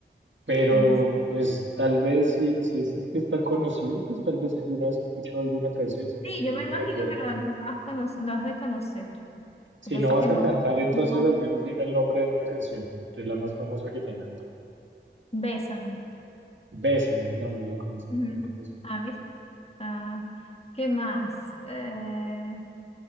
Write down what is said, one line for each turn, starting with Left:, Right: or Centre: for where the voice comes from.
Right: Pero
Left: bien.
Right: pues tal vez si, si dices que es tan conocido, pues tal vez alguna vez he escuchado alguna canción, sino
Left: Sí,
Right: que
Left: yo
Right: no
Left: me
Right: la
Left: imagino
Right: recuerdo.
Left: que lo has, lo has cono- lo has de conocer.
Right: Si
Left: Lo que pasa
Right: no vas
Left: es que
Right: a
Left: no.
Right: cantar, entonces
Left: no.
Right: al menos dime el nombre de una canción, de la más famosa que tenga.
Left: Bésame.
Right: Bésame, no, no la conozco.
Left: Ujú.
Right: nunca la escuché.
Left: Ah, ¿viste? Ah, ¿qué más? Eh,